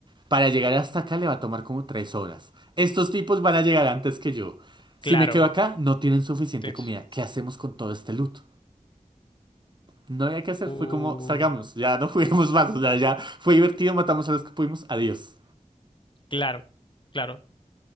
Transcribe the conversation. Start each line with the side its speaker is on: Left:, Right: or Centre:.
Right: Para llegar hasta acá le va a tomar como tres horas. Estos tipos van a llegar antes que yo. Si
Left: Claro.
Right: me quedo acá, no tienen suficiente
Left: Entonces,
Right: comida. ¿Qué hacemos con todo este loot? No había que hacer,
Left: uh,
Right: fue como, salgamos, ya no <laughs> juguemos más, o sea, ya fue divertido, matamos a los que pudimos, adiós.
Left: claro, claro.